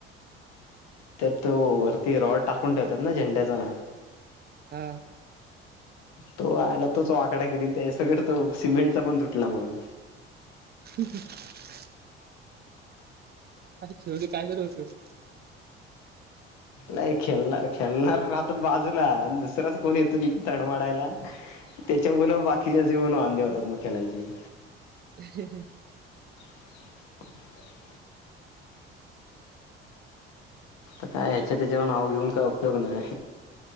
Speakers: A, on the left; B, on the right.
A: त्यात तो वरती रॉड टाकून ठेवतात ना झेंड्याचा
B: हा
A: तो आला तोच वाकडा केली त्याच्या सकट तो सिमेंटचा पण तुटला म्म
B: हक <inaudible> शेवटी काय करत होतो
A: नाही खेल खेलणार राहतात बाजूला आणि दुसराच कोण येतो इथे तडमडायला त्याच्यामुलं बाकीच्याचे पण वांधे होतात मग खेलायचे.
B: हं हं
A: <inaudible> आ काय ह्याच्या त्याच्यावर नाव घेऊन काय उपयोग नाय